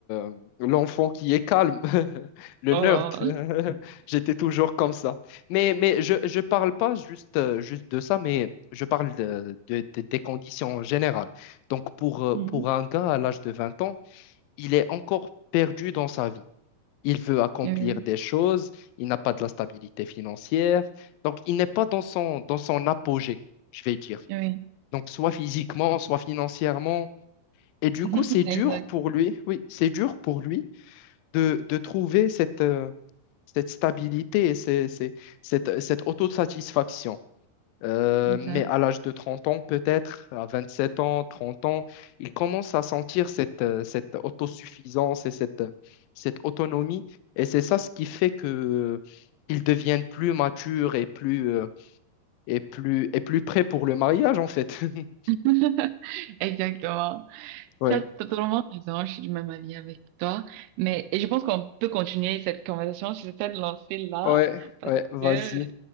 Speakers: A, on the left; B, on the right.
A: euh, l'enfant qui est calme, <laughs> le
B: Oh.
A: nerd. <laughs> J'étais toujours comme ça. Mais, mais je, je parle pas juste, euh, juste de ça, mais je parle de, de- de- des conditions générales. Donc, pour, euh,
B: Mhm.
A: pour un gars à l'âge de 20 ans, il est encore perdu dans sa vie. Il veut accomplir
B: Oui,
A: des choses, il n'a pas de la stabilité financière, donc il n'est pas dans son, dans son apogée, je vais dire.
B: oui.
A: Donc soit physiquement, soit financièrement. Et du
B: <laughs>
A: coup, c'est dur
B: Exact,
A: pour lui, oui, c'est dur pour lui de, de trouver cette, euh, cette stabilité et ces- ces- cette, cette autosatisfaction. Euh,
B: exact.
A: mais à l'âge de 30 ans, peut-être, à 27 ans, 30 ans, il commence à sentir cette, euh, cette autosuffisance et cette, cette autonomie. Et c'est ça ce qui fait que, euh, ils deviennent plus matures et plus, euh, et plus, et plus prêts pour le mariage, en fait. <laughs>
B: <laughs> Exactement.
A: Ouais,
B: Tu as totalement raison, je suis du même avis avec toi. Mais, et je pense qu'on peut continuer cette conversation sur cette lancée-là,
A: ouais,
B: parce
A: ouais, vas-y,
B: que